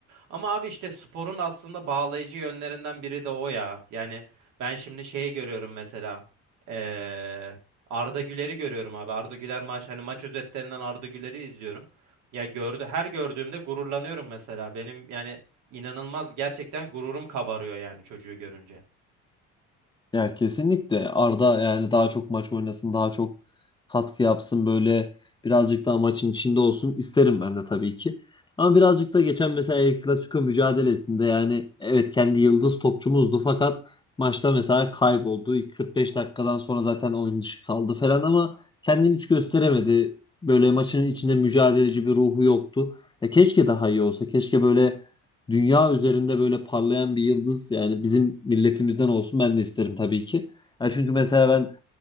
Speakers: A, on the right; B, on the left.
A: Ama abi işte sporun aslında bağlayıcı yönlerinden biri de o ya. Yani ben şimdi şeyi görüyorum mesela. eee, Arda Güler'i görüyorum abi. Arda Güler maç hani maç özetlerinden Arda Güler'i izliyorum. Ya gördü her gördüğümde gururlanıyorum mesela. Benim yani İnanılmaz gerçekten gururum kabarıyor yani çocuğu görünce.
B: Ya kesinlikle Arda yani daha çok maç oynasın, daha çok katkı yapsın böyle birazcık daha maçın içinde olsun isterim ben de tabii ki. Ama birazcık da geçen mesela El Clasico mücadelesinde yani evet kendi yıldız topçumuzdu fakat maçta mesela kayboldu. İlk 45 dakikadan sonra zaten oyun dışı kaldı falan ama kendini hiç gösteremedi. Böyle maçın içinde mücadeleci bir ruhu yoktu. Ya keşke daha iyi olsa. Keşke böyle dünya üzerinde böyle parlayan bir yıldız yani bizim milletimizden olsun ben de isterim tabii ki. Yani çünkü mesela ben